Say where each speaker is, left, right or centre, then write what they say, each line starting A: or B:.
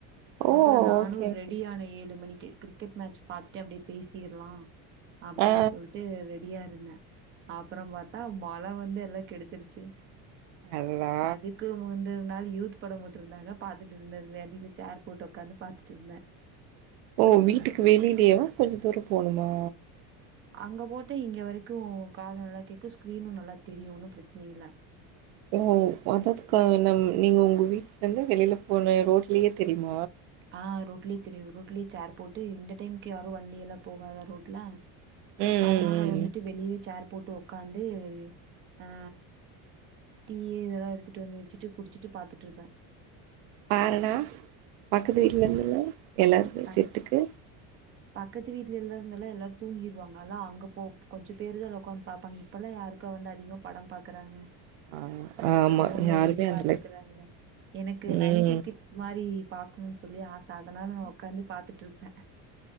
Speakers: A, on the right; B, on the right.
A: ஓ!
B: அப்பறோ நானு
A: ஓகே, ஓகே.
B: ரெடி ஆன ஏழு மணி கி கிரிக்கெட் மேட்ச் பாத்துட்டு அப்டே பேசிர்லா அப்டின்னு
A: ஆ.
B: சொல்ட்டு ரெடியா என்ன அப்புறோ பாத்தா மழ வந்து ல்ல கெடுத்துருச்சு
A: அடடா!
B: அதுக்கு முந்தன் நாள் யூத் படம் போட்டிருந்தாங்க பாத்துட்டு இருந்தது <unintelligible> சார் போட் உக்காந்து பாத்துட்டு இருந்தே
A: ஓ வீட்டுக்கு வெளிலேவா கொஞ்ச தூரம் போணுமா
B: அங்க போட்டு இங்க வரைக்கும் காத நல்லா கே்க ஸ்கரீனும் நல்லா தெரியும்ன்னும் பிரச்சின இல்லை
A: ஓ அததுக்கு நம் நீங்க உங்க வீட்ல இருந்து வெளியில போன ரோட்லயே தெரியுமா
B: ஆ ரோ கில்லே தெரியு ரோட்லய சேர் போட்டு இந்த டைம்கு யாரோ வண்டி எல்லா போவாதா ரோட்ல
A: ம்,
B: அதனால
A: ம்,
B: வந்துட்டு
A: ம்.
B: வெளிவே சார் போட்டு உக்காந்து அ டீ இதெல்லா எடுத்துட்டு வந்து வச்சுட்டு குடிச்சுட்டு பாத்துட்டு இருப்பே
A: பாருடா பக்கத்து வீட்ல இருந்துல்ல எல்லாருமே
B: ப
A: செட்டுக்கு
B: பக்கத்து வீட்ல எல்லா இருந்தல்லாம் எல்லாரும் தூங்கிருவாங்க அதா அங்க போ கொஞ்சம பேருதா உக்காந்து பாப்பாங்க இப்பல்ல யாருக்கு இப்ப வந்து அதிகமா படம் பாக்குறாங்க
A: ஆ ஆமா
B: போன்ல
A: யாருமே
B: ஏத்தி
A: அந்தல
B: பாத்துக்கறாங்க எனக்கு
A: ம்
B: நைன்டி கிட்ஸ் மாரி பாக்கனு சொல்லி ஆசா அதனால நா உக்காந்து பாத்துட்டு இருப்பே